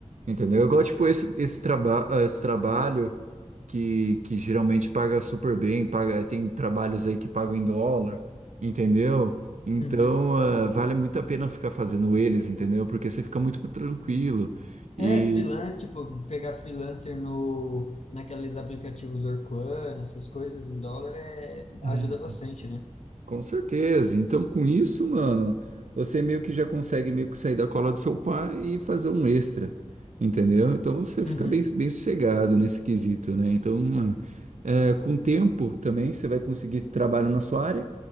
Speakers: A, on the right; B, on the left.
A: entendeu? Igual, tipo, esse, esse, traba ah, esse trabalho que, que geralmente paga super bem, paga, tem trabalhos aí que pagam em dólar, entendeu? Então,
B: Uhum.
A: ah, vale muito a pena ficar fazendo eles, entendeu? Porque você fica muito tranquilo. E,
B: É, freelance, tipo, pegar freelancer no, naqueles aplicativos do Orkun, essas coisas em dólar é,
A: Uhum.
B: ajuda bastante, né?
A: Com certeza. Então, com isso, mano, você meio que já consegue meio que sair da cola do seu pai e fazer um extra, entendeu? Então, você fica
B: Uhum,
A: bem, bem sossegado nesse quesito, né? Então, é, é, com o tempo também você vai conseguir trabalho na sua área,